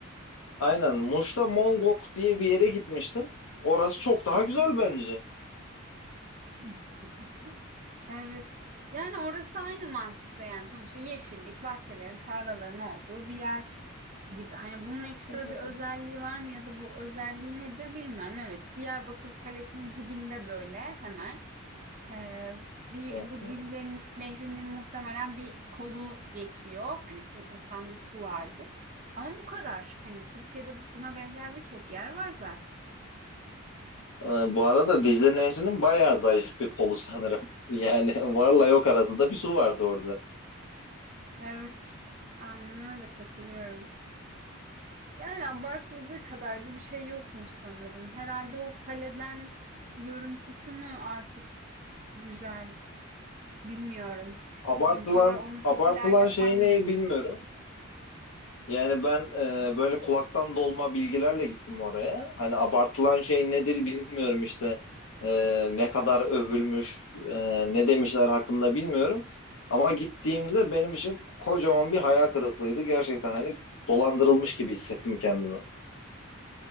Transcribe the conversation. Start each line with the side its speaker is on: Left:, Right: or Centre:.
Left: aynen Muş'ta Mongok diye bir yere gitmiştim. Orası çok daha
Right: Hı hı.
Left: güzel bence.
Right: <laughs> Evet. Yani orası aynı mantıkta yani sonuçta yeşillik, bahçelerin, tarlaların olduğu bir yer gibi. Hani bunun ekstra
Left: Hı hı.
Right: bir özelliği var mı ya da bu özelliği nedir bilmiyorum. Evet, Diyarbakır Kalesi'nin dibinde böyle hemen Eee, bir
Left: hı
Right: bu Dicle Nehri'nin muhtemelen bir kolu geçiyor. Hani bir akan bir su vardı. Ama bu kadar. Hani Türkiye'de buna benzer birçok yer var zaten.
Left: Ee, Bu arada Dicle Nehri'nin bayağı zayıf bir kolu sanırım. <laughs> Yani varla yok arasında bir su vardı orada.
Right: Evet, aynen öyle katılıyorum. Yani abartıldığı kadar da bir şey yokmuş sanırım. Herhalde o kaleden görüntüsü mü artık güzel, bilmiyorum.
Left: Abartılan
Right: Yani bu kadar onu
Left: abartılan
Right: popüler yapan
Left: şey ne
Right: nedir?
Left: bilmiyorum. Yani ben e, böyle kulaktan dolma bilgilerle gittim oraya. Hani abartılan şey nedir bilmiyorum işte. E, ne kadar övülmüş, e, ne demişler hakkında bilmiyorum. Ama gittiğimde benim için kocaman bir hayal kırıklığıydı. Gerçekten hani dolandırılmış gibi hissettim kendimi.